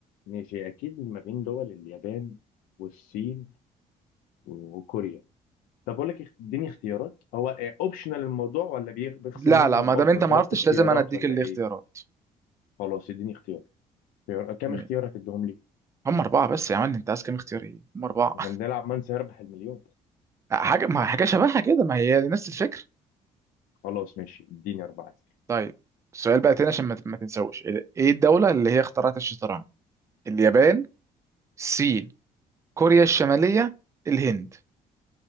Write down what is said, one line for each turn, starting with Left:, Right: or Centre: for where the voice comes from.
Left: ماشي اكيد ما بين دول اليابان والصين وكوريا طب اقول لك اخت- اديني اختيارات هو اوبشنال الموضوع ولا بيخ- بيخصم
Right: لا
Left: مني
Right: لا
Left: نقاط
Right: ما دام انت
Left: لو طلبت
Right: ما عرفتش
Left: اختيارات
Right: لازم انا اديك
Left: ولا
Right: الاختيارات
Left: ايه خلاص اديني اختيار اختيار- كام
Right: م-
Left: اختيار هتديهم لي؟
Right: هم اربعه بس يا عم انت عايز كام اختيار ايه هم اربعه
Left: احنا بنلعب من سيربح المليون
Right: <laughs> حاجه ما حاجه شبهها كده ما هي نفس الفكره
Left: خلاص ماشي اديني أربعة أسئلة
Right: طيب السؤال بقى تاني عشان ما ما تنساوش ايه الدوله اللي هي اخترعت الشطرنج اليابان الصين كوريا الشماليه الهند